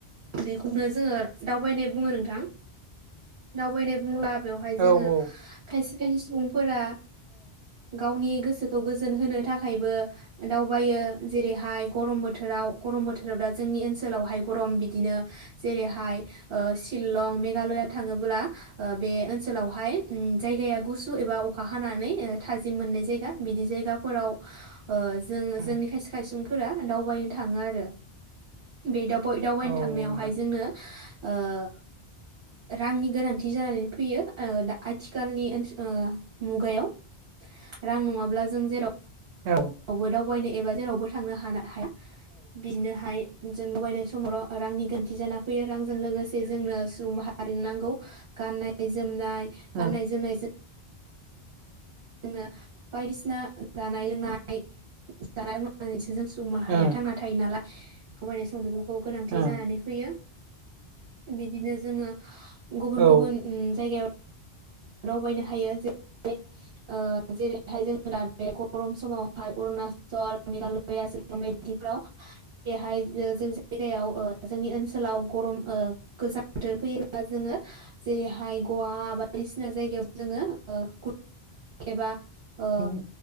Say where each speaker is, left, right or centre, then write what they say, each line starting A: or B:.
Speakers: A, on the right; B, on the right.
A: बेखौनो जोङो दावबायनाय बुङो नोंथां दावबायनाय उम बेवहाय जोङो
B: औ औ
A: खायसे खायसे सुबुंफोरा गावनि गोसोखौ गोजोन होनो थाखायबो दावबायो जेरैहाय गरम बोथोराव गरम बोथोराव दा जोंनि ओनसोलावहाय गरम बिदिनो जेरैहाय ओ सिलं मेघालया थाङोब्ला ओ बे ओनसोलावहाय जायगाया गुसु एबा अखा हानानै थाजिम मोननाय जायगा बिदि जायगाफोराव जो
B: उम
A: जोंनि खायसे खाय सुबुंफोरा दावबायनो थाङो आरो बे दावबायनो
B: औ
A: थांनायावहाय
B: नोंथां
A: जोंनो ओ रांनि गोनांथि जानानै फैयो ओ दा आथिखालनि ओनसो‌ ओ मुगायाव रां नङाब्ला जों जेरावखि
B: औ
A: आवबो दावबायनो एबा जेरावबो थांनो हाना हाय बिनो हाय जों दावबायनाय समावल रांनि गोरोन्थि जाना फैयो रांजों लोगोसे जोंनो सुबुं माहारि नांगौ गाननाय जोमनाय
B: उम
A: गाननाय जोमनायजो जोंनो बायदिसिना जानाय लोंनाय जानाय लोंनानैसो जों सु बुं माहारिया
B: उम
A: थांना थायो नालाय दावबायनाय सम बिखौ खौ गोनांथि
B: उम
A: जानानै फैयो बिदिनो जोङो गुबुन
B: औ
A: गुबुन उम जायगायाव दाव बायनो हायो जेरै जेरैहाय जोंङो दा बे गरम समावहाय दावबायनो हायो जेरै जेरैहाय जोओ दा‌ बे गर्म समाव हाय अरुणाचल मेघालया सिलं बायदिफ्राव जेरैहाय जों जायगायाव जोंनि ओनसोलाव गरम ओ गोजां बोथोर फैयोब्ला जोङो जेरैहाय गवा आबाद बायदिसिना जायगायाव जोङो गुद एबा ओ
B: उम